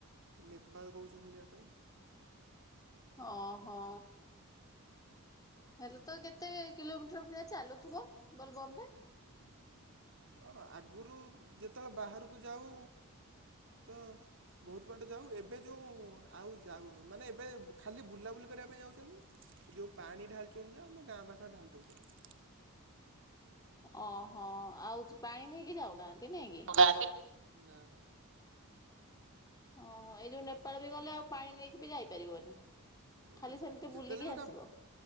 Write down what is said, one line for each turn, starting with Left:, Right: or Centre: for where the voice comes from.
Right: ନେପାଳ କହୁଛନ୍ତି ଯିବା ପାଇଁା।
Left: ହଁ ହଁ। ହେଲେ ତ କେତେ କିଲୋମିଟର ଭଳିଆ ଚାଲୁଥିବ ବୋଲବମ ରେ।
Right: ହଁ ଆଗରୁ ଯେତେବେଳେ ବାହାରକୁ ଯାଉ ତ ବହୁତ ବାଟ ଯାଉ ଏବେ ଯଉ ଆଉ ଯାଉନୁ ମାନେ ଏବେ ଖାଲି ବୁଲାବୁଲି କରିବା ପାଇଁ ଯାଉଛନ୍ତି। ଯୋଉ ପାଣି ଢାଲୁଛନ୍ତି ନା ଯେ ଆମ ଗାଁ ପାଖରେ ଢାଲ ଦଉଛନ୍ତି।
Left: ଓହୋ ଆଉ ପାଣି ନେଇକି ଯାଉନାହାନ୍ତି ନାଇଁ କି।
Right: <inaudible>
Left: ଓହୋ ଏଇ ଯୋଉ ନେପାଳ ବି ଗଲେ ଆଉ ପାଣି ନେଇକି ବି ଯାଇପାରିବନି ଖାଲି
Right: ନା
Left: ସେମିତି
Right: ଯେତେହେଲେ
Left: ବୁଲିକି
Right: ବି ଏଟା
Left: ଆସିବ।